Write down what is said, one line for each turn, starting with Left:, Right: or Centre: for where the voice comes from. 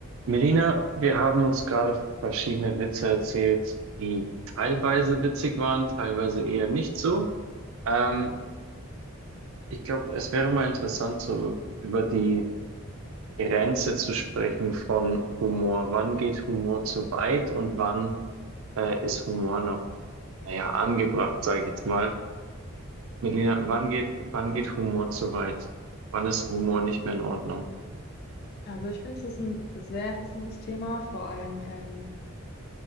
Right: Melina, wir haben uns gerade verschiedene Witze erzählt, die teilweise witzig waren, teilweise eher nicht so. Ähm, ich glaube, es wäre mal interessant, so über die Grenze zu sprechen von Humor. Wann geht Humor zu weit und wann äh, ist Humor noch, naja, angebracht, sage ich jetzt mal. Melina, wann geht, wann geht Humor zu weit? Wann ist Humor nicht mehr in Ordnung?
Left: Also ich finde, es ist ein sehr interessantes Thema. Vor allem, ähm,